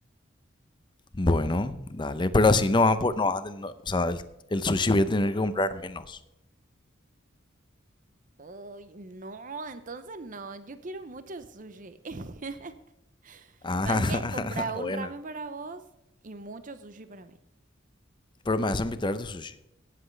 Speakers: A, on the left; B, on the right.
A: bueno, dale. Pero así no vas a, po- no vas a tener, o sea, el, el sushi voy a tener que comprar menos.
B: Ay, no, entonces no. Yo quiero mucho sushi. <laughs>
A: Ah,
B: ¿Sabes qué? Comprar
A: <laughs> buena.
B: un ramen para vos y mucho sushi para mí.
A: Pero me vas a invitar a tu sushi,